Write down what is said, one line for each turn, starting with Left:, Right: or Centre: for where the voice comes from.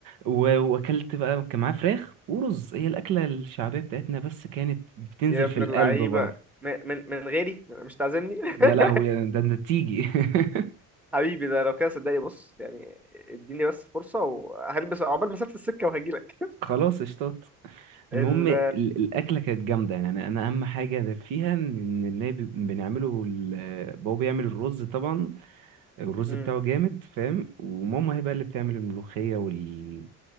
Right: و- واكلت بقى كان معاه فراخ ورز هي الاكلة الشعبية بتاعتنا بس كانت بتنزل
Centre: يا ابن
Right: في القلب
Centre: اللعيبه
Right: برضه
Centre: م- من من غيري مش تعزمني <laughs>
Right: يا لهوي ده انت تيجي <laughs>
Centre: حبيبي ده لو كده صدقني بص يعني اديني بس فرصه وهلبس عقبال مسافه السكه وهجيلك
Right: خلاص اشطات المهم
Centre: ال...
Right: ال- الاكله كانت جامده يعني انا أنا اهم حاجه فيها ان إن اللي بي- بنعمله ال- بابا بيعمل الرز طبعا الرز
Centre: مم.
Right: بتاعه جامد فاهم وماما هي بقى اللي بتعمل الملوخية وبقية